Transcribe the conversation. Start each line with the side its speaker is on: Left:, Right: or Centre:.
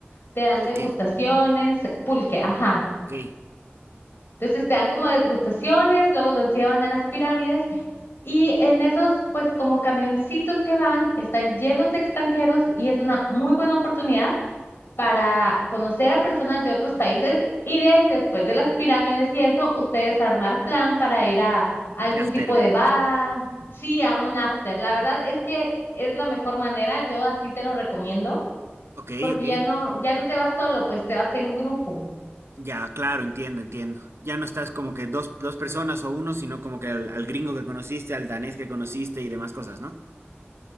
Left: te dan
Right: Ok,
Left: degustaciones, pulque, ajá.
Right: ok,
Left: Entonces te dan como degustaciones, luego los llevan a las pirámides y en esos, pues como camioncitos que van, están llenos de extranjeros y es una muy buena oportunidad para conocer a personas de otros países y de ahí, después de las pirámides y eso, ustedes armar plan para ir a algún
Right: de after,
Left: tipo
Right: digamos.
Left: de bar, sí, a un after. La verdad es que es la mejor manera, yo así te lo recomiendo,
Right: Ok,
Left: porque
Right: ok,
Left: ya no, ya no te vas solo, pues te vas en grupo.
Right: ya, claro, entiendo, entiendo. Ya no estás como que dos, dos personas o uno, sino como que al, al gringo que conociste, al danés que conociste y demás cosas, ¿no?